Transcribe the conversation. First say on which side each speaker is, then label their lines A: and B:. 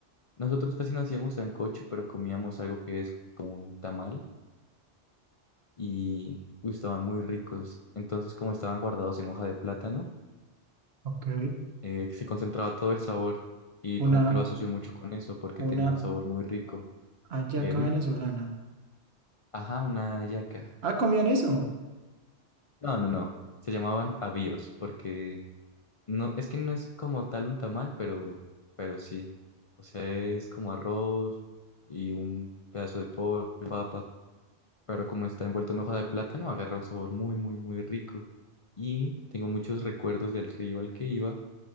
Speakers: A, on the left; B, on the right.
A: nosotros casi no hacíamos sancocho, pero comíamos algo que es como un tamal y uy, estaban muy ricos. Entonces, como estaban guardados en hoja de plátano,
B: Ok.
A: eh, se concentraba todo el sabor y como
B: Una,
A: que lo asocio mucho con eso porque
B: una
A: tenía un sabor muy rico.
B: hallaca
A: Eh, dime.
B: venezolana.
A: Ajá, una hallaca.
B: Ah, ¿comían eso?
A: No, no, no. Se llamaban avíos porque No, es que no es como tal un tamal, pero, pero sí. O sea, es como arroz y un pedazo de pollo, papa. Pero como está envuelto en hoja de plátano, agarra un sabor muy, muy, muy rico. Y tengo muchos recuerdos del río al que iba